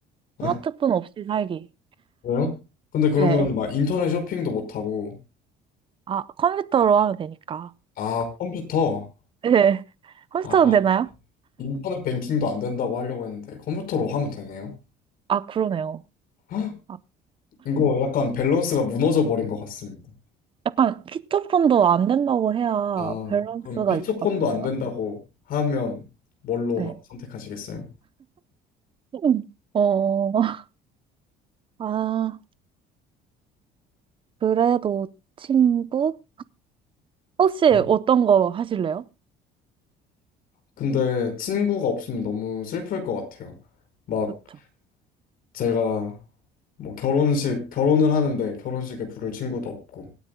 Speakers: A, on the left; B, on the right.
A: 네.
B: 스마트폰 없이 살기.
A: 그래요? 근데 그러면
B: 네.
A: 막 인터넷 쇼핑도 못하고,
B: 아, 컴퓨터로 하면 되니까.
A: 아, 컴퓨터,
B: 네. <laughs> 컴퓨터는
A: 아,
B: 되나요?
A: 인터넷 뱅킹도 안 된다고 하려고 했는데, 컴퓨터로 하면 되네요.
B: 아, 그러네요.
A: 헉,
B: 아,
A: 이거 약간 밸런스가 무너져 버린 것 같습니다.
B: 약간 피처폰도 안 된다고 해야
A: 아,
B: 밸런스가
A: 그럼 피처폰도
B: 있을 것 같은데요?
A: 안 된다고 하면 뭘로
B: 네.
A: 선택하시겠어요?
B: 음. 어, <laughs> 아, 그래도 친구? 혹시
A: 어?
B: 어떤 거 하실래요?
A: 근데 친구가 없으면 너무 슬플 것 같아요. 막
B: 그쵸,
A: 제가 뭐 결혼식 결혼을 하는데 결혼식에 부를 친구도 없고